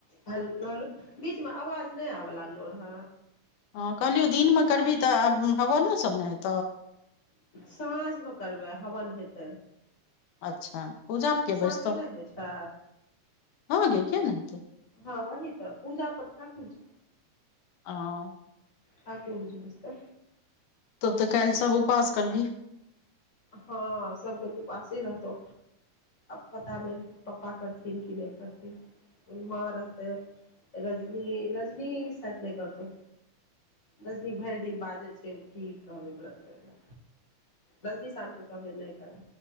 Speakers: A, on the left; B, on the left.
A: ह हलो बीचमे अवाज नहि आ लागलो रह
B: हँ कहलियौ दिनमे करबही तऽ आब हवनो सभ ने हेतै
A: साँझमे करबै हवन हेतै
B: अच्छा पूजापके
A: साँझमे
B: बैसतो
A: नहि होइ छै
B: हं गै किया नहि हेतै
A: हँ वही तऽ पूजा पर ठाकुर जी
B: ह
A: ठाकुर जी बस तऽ
B: तब तऽ कैलसब उपास करबी
A: हँ सबग तूपास ह रहतौ पता नहि पप्पा करथिन कि नहि करथिन माँ रहतेै रजनी रजनी साायत नहि करतौ रजनि भरि दिन बाजे छै की कहबै ओकरा दसमी सालके कभी नहि करै